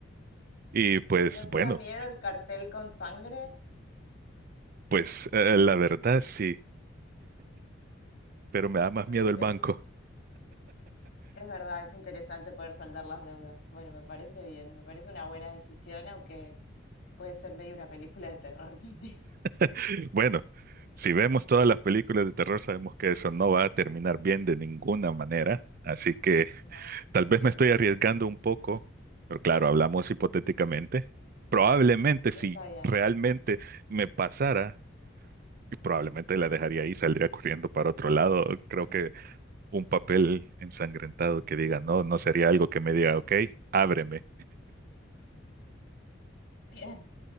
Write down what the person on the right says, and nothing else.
Y pues
bueno,
pues eh, la verdad sí, pero me da más
miedo
el banco.
<laughs> Bueno, si vemos todas las películas de terror, sabemos que eso no va a terminar bien de ninguna manera. Así que
tal vez me estoy arriesgando un poco, pero claro, hablamos hipotéticamente. Probablemente si
realmente me pasara, y probablemente la dejaría ahí, saldría corriendo para otro lado. Creo que un papel ensangrentado que diga, no, no sería algo que me diga, ok, ábreme,